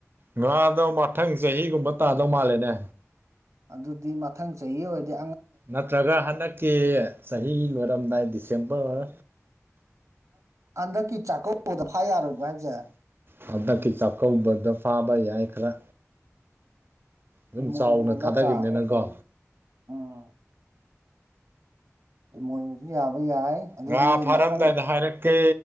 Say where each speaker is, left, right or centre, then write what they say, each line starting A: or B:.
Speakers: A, on the right; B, on the right.
A: ꯉꯥꯗꯧ ꯃꯊꯪ ꯆꯍꯤꯒꯨꯝꯕ ꯇꯥꯗꯧ ꯃꯥꯜꯂꯦꯅꯦ
B: ꯑꯗꯨꯗꯤ ꯃꯊꯪ ꯆꯍꯤ ꯑꯣꯏꯔꯦ
A: ꯅꯠꯇ꯭ꯔꯒ ꯍꯟꯗꯛꯀꯤ ꯆꯍꯤ ꯂꯣꯏꯔꯝꯗꯥꯏ ꯗꯤꯁꯦꯝꯕꯔ
B: ꯍꯟꯗꯛꯀꯤ ꯆꯥꯛꯀꯧꯕꯗ ꯐꯥ ꯌꯥꯔꯣꯏꯗ꯭ꯔꯥ ꯍꯥꯏꯁꯦ
A: ꯍꯟꯗꯛꯀꯤ ꯆꯥꯛꯀꯧꯕꯗ ꯐꯥꯕ ꯌꯥꯏ ꯈꯔ ꯑꯗꯨꯝ
B: ꯏꯃꯣꯏꯅꯨ
A: ꯆꯥꯎꯅ
B: ꯅꯠꯇ꯭ꯔꯥ
A: ꯊꯥꯗꯒꯤꯕꯅꯤꯅꯀꯣ
B: ꯎꯝ ꯃꯣꯏꯅꯁꯨ ꯌꯥꯕ ꯌꯥꯏ ꯑꯗꯨꯗꯤ
A: ꯉꯥ ꯐꯥꯔꯝꯗꯥꯏꯅ
B: ꯃꯊꯪ
A: ꯍꯥꯏꯔꯛꯀꯦ